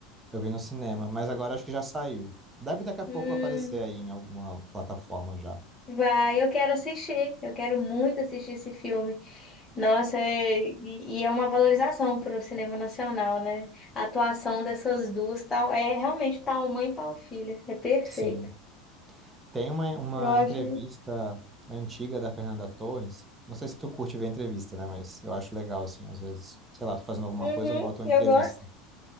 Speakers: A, on the right; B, on the left.
A: Eu vi no cinema, mas agora acho que já saiu. Deve daqui a pouco
B: Hum,
A: aparecer aí em alguma plataforma já.
B: vai, eu quero assistir. Eu quero muito assistir esse filme. Nossa, é- e, e é uma valorização para o cinema nacional, né? A atuação dessas duas, tal, é realmente tal mãe, tal filha. É perfeito.
A: Sim. Tem uma, uma
B: Eu achei.
A: entrevista antiga da Fernanda Torres. Não sei se tu curte ver entrevista, né? Mas eu acho legal, assim, às vezes. Sei lá, tô fazendo alguma
B: Uhum,
A: coisa, eu boto
B: eu
A: uma entrevista.
B: gosto.